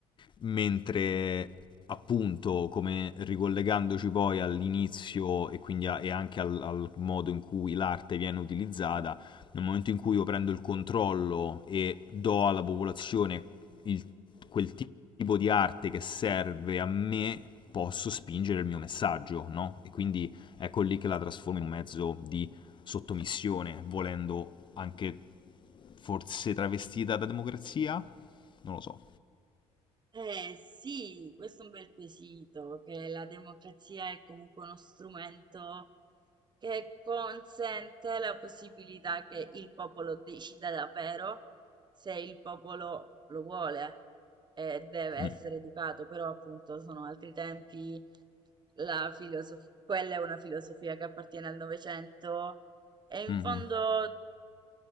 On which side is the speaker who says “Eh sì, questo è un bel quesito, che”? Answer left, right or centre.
Right